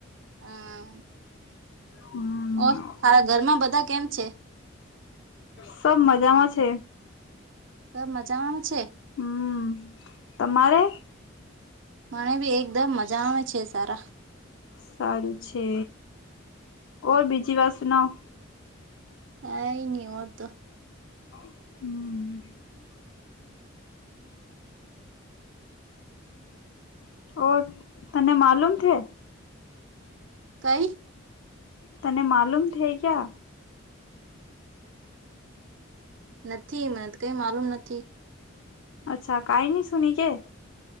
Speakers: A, on the right; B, on the left.
A: હા
B: હમ
A: ઓ તારા ઘરમાં બધા કેમ છે
B: સબા મજામાં છે
A: ત મજામાંમાં છે
B: હમ તમારે
A: મને ભી એકદમ મજા આવે છે સારા
B: સારું છે ઓર બીજી વાત સુનાવ
A: કઈ નહી હો તો
B: હમ ઓ તને માલુમ છે
A: કઈ
B: તને માલુમ થઇ ગયા
A: નથી મને કઈ માલુમ નથી
B: અચ્છા કઈ ન શની કે